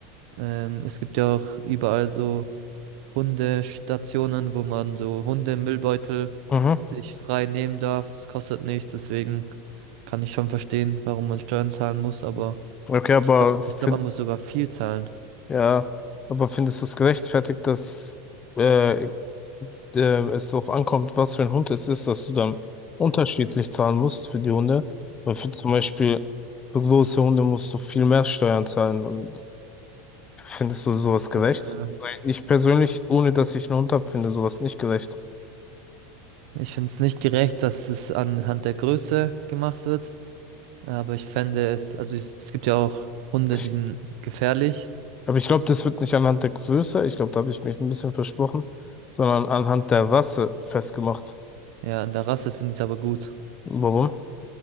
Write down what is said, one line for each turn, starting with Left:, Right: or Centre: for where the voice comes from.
Right: Ähm, es gibt ja auch überall so Hundestationen, wo man so Hundemüllbeutel
Left: Mhm.
Right: sich frei nehmen darf. Das kostet nichts, deswegen kann ich schon verstehen, warum man Steuern zahlen muss, aber
Left: Okay, aber
Right: ich glaube,
Left: find,
Right: ich glaub, man muss sogar viel zahlen.
Left: ja, aber findest du es gerechtfertigt, dass äh, äh, es darauf ankommt, was für ein Hund es ist, dass du dann unterschiedlich zahlen musst für die Hunde? Weil für zum Beispiel für große Hunde musst du viel mehr Steuern zahlen. Findest du sowas gerecht?
Right: Ähm,
Left: Also ich persönlich, ohne dass ich einen Hund habe, finde sowas nicht gerecht.
Right: Ich finde es nicht gerecht, dass es anhand der Größe gemacht wird. Aber ich fände es, also es, es gibt ja auch Hunde,
Left: Ich,
Right: die sind gefährlich.
Left: Aber ich glaube, das wird nicht anhand der Größe, ich glaube, da habe ich mich ein bisschen versprochen, sondern anhand der Rasse festgemacht.
Right: Ja, an der Rasse finde ich es aber gut.
Left: Warum?